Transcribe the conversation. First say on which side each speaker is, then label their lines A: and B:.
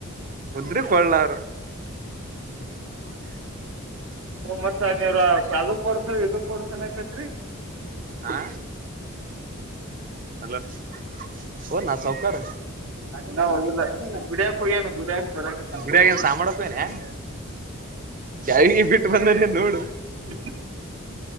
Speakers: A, on the right; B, on the right.
A: ಬಿ ಕೊೊಳ್ಳಾರ
B: ಮತ್ತ ನೀವ್ರ ಅದಕ್ ಕೊಡ್ಸ ಇದಕ್ ಕೊಡ್ಸನ ಅತ್ರ
A: ಆ ಹಲೋ ಹೋದ್ನಾ ಸೌಕಾರ
B: ಅದೇನ ಹೋಗಿಲ್ಲ ಗುಡಿಯಕ್ ಹೋಗ್ಯನು ಗುಡಕ
A: ಗುಡಿಯಾಗೇನ್ ಸಾಮಾಡಕೋಯ್ನೇನ್ ಕ್ಯಾವಿಗೆ ಬಿಟ್ಟು ಬಂದನೆ
B: ಹ್ಮ್ ಎ
A: ನೋಡು